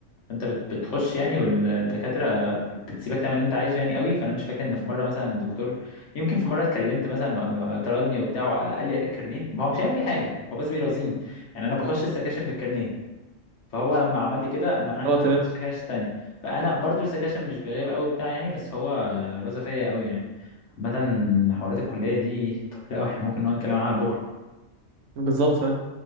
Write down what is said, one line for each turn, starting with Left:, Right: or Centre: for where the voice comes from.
Left: فانت بت- بتخش يعني والدكاتره بت- بتسيبك تعمل اللي انت عايزه يعني قوي فانا مش فاكر ان في مره مثلا دكتور يمكن في مره اتكلمت مثلا وأ- وطردني وبتاع وقال لي هات الكارنيه ما هو مش هيعمل بيه حاجه هو بس بيرازيني يعني انا بخش السكاشن بالكارنيه فهو لما عمل لي كده منعني
Right: هو
Left: ان انا
Right: تمام
Left: اخد السكاشن التانية فانا برضو السكاشن مش بيغيب قوي بتاع يعني بس هو رازة فيا قوي يعني عامة حوارات الكلية دي طب لا احنا ممكن نقعد نتكلم عنها بكرة
Right: بالظبط فاهم